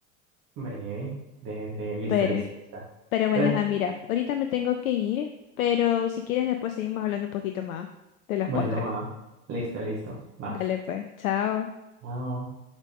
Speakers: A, on the right; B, on the left.
A: Breve, breve, breve. Listo,
B: Pero,
A: listo, ya está.
B: pero bueno,
A: Entonces,
B: ajá, mira, ahorita me tengo que ir, pero si quieres después seguimos hablando un poquito más de los
A: bueno,
B: postres.
A: va. Listo, listo. Va.
B: Dale pues, chao.
A: Wow.